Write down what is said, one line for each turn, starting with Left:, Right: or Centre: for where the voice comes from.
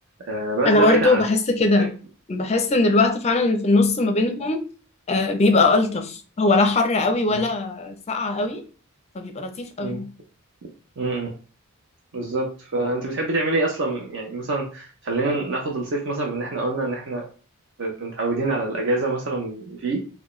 Right: آه بس
Left: انا
Right: ده
Left: برضو
Right: بعيد عن
Left: بحس
Right: الطقس
Left: كده
Right: يعني
Left: بحس ان الوقت فعلا اللي في النص ما بينهم آه، بيبقى الطف هو لا حر قوي ولا
Right: م-
Left: ساقع قوي فبيبقى لطيف قوي
Right: م- م- بالظبط فانت بتحبي تعملي ايه اصلا يعني مثلا خلينا ناخد الصيف مثلا من ان احنا قلنا ان احنا متعودين على الأجازة مثلا فيه